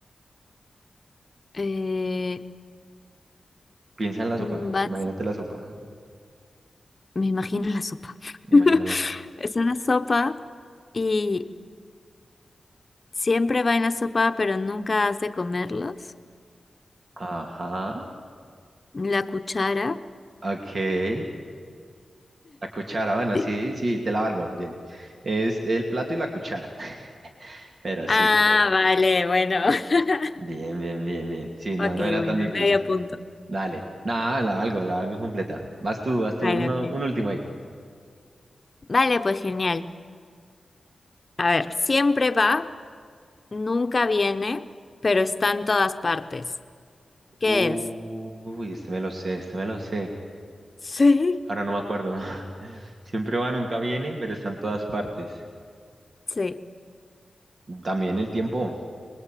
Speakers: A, on the left; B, on the right.
A: Eh,
B: Piensa en la sopa,
A: mm, van
B: imagínate la sopa,
A: Me imagino la sopa.
B: imagina
A: <laughs>
B: la sopa.
A: Es una sopa y siempre va en la sopa, pero nunca has de comerlos.
B: Ajá,
A: La cuchara.
B: ok. La cuchara, bueno,
A: Sí.
B: sí, sí, te la valgo, bien. Es el plato y la cuchara, <laughs> pero sí,
A: Ah, vale, bueno. <laughs>
B: bien, bien, bien, bien. Sí, no,
A: Ok,
B: no era
A: bueno,
B: tan difícil.
A: medio punto.
B: Dale. Nada, la valgo, la valgo completa. Vas tú, vas tú,
A: Vale,
B: uno-
A: ok.
B: un último ahí.
A: Vale, pues genial. A ver, siempre va, nunca viene, pero está en todas partes. ¿Qué
B: Uy,
A: es?
B: este me lo sé, este me lo sé.
A: Sí.
B: Ahora no me acuerdo. <laughs> Siempre va, nunca viene, pero está en todas partes.
A: Sí.
B: También el tiempo.